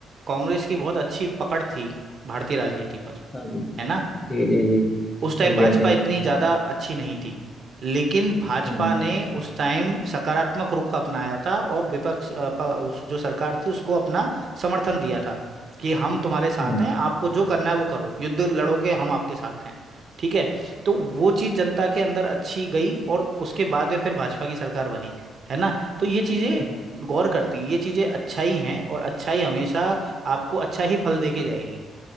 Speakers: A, on the right; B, on the left.
A: कांग्रेस की बहुत अच्छी पकड़ थी भारतीय राजनीति पर
B: हाँ जी
A: है ना
B: जी जी जी
A: उस टाइम
B: हाँ जी
A: भाजपा
B: हाँ जी हाँ
A: इतनी
B: जी
A: ज्यादा अच्छी नहीं थी लेकिन भाजपा
B: हम्म
A: ने उस टाइम सकारात्मक रुख अपनाया था और विपक्ष अ, प- उस जो सरकार थी उसको अपना समर्थन दिया था कि हम तुम्हारे साथ
B: हम्म
A: हैं आपको जो करना है वो करो युद्ध लड़ोगे हम आपके साथ हैं ठीक है तो वो चीज जनता के अंदर अच्छी गई और उसके बाद में फिर भाजपा की सरकार बनी है ना तो ये चीजें
B: हम्म,
A: गौर करती हैं ये चीजें अच्छाई हैं और अच्छाई हमेशा आपको अच्छा ही फल देके जाएगी